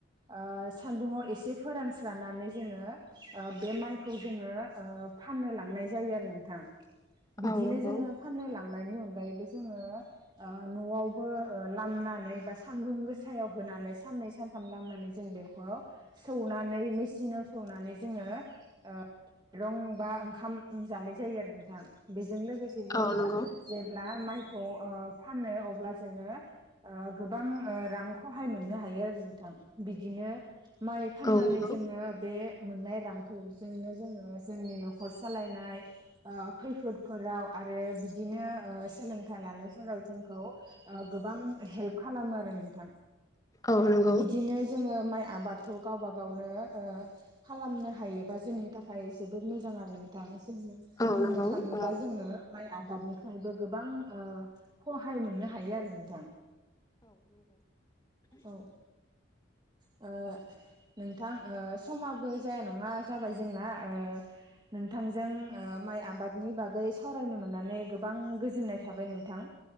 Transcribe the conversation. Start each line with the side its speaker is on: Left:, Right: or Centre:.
Right: ओ सान्दुंङाव एसे फोरानस्रानानै जोंङो ओ बे माइखौ जोंङो ओ फाननो लांनाय जायो आरो नोंथां बिदिनो
Left: औ नंगौ
Right: जोंङो फाननो लांनायनि अनगायैबो जोंङो ओ न'आवबो ओ लामनानै बा सानदुं गोसायाव होनानै साननै सान थाम लामनानै जों बेखौ सौनानै मेसिनाव सौनानै जोंङो ओ रं बा ओंखाम जानाय जायो आरो नोंथां बेजों लोगोसे जोंङो
Left: औ नंगौ
Right: जे ब्ला माइखौ ओ फानो अब्ला जोंङो ओ गोबां रां खहाय मोननो हायो आरो नोंथां बिदिनो माइ फाननानै
Left: औ नंगौ
Right: जोंङो बे मोननाय रांफोरजोंनो जोंङो जोंनि न'खर सालायनाय ओ खैफोदफोराव आरो बिदिनो ओ सोलोंथाइ लानायफोराव जोंखौ ओ गोबां हेल्प खालामो आरो नोंथां
Left: औ नंगौ
Right: बिदिनो जोंङो माइ आबादखौ गावबा गावनो ओ खालामनो हायोबा जोंनि थाखाय जोबोद मोजां आरो नोंथां जोंनो
Left: औ
Right: बुंनो
Left: नंगौ औ
Right: थाङोब्ला
Left: नंगौ
Right: जोङो माइ आबादनिफ्रायबो गोबां हहाय मोननो हायो आरो नोंथां औ ओ नोंथां ओ समाबो जाया नंङा जाबाय जोंना ओ नोंथांजों ओ माइ आबादनि बागै सावरायनो मोननानै गोबां गोजोननाय थाबाय नोंथां